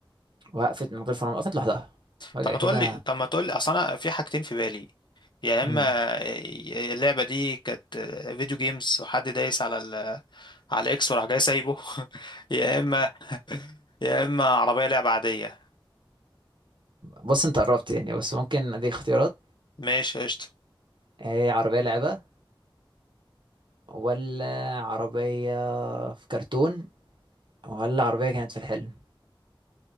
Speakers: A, on the right; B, on the left.
A: وقفت من غير فرامل وقفت لوحدها فجاه
B: طب ما
A: كده
B: تقول لي طب ما تقول لي اصل انا في حاجتين في بالي يا اما
A: امم
B: اللعبة دي كانت فيديو جيمز وحد دايس على ال... على الاكس وراح جاي سايبه <laughs> يا اما يا اما عربية لعبة عادية
A: بص انت قربت يعني بس ممكن دي اختيارات
B: ماشي قشطة
A: هي عربيه لعبه ولا عربيه في كرتون ولا عربيه كانت في الحلم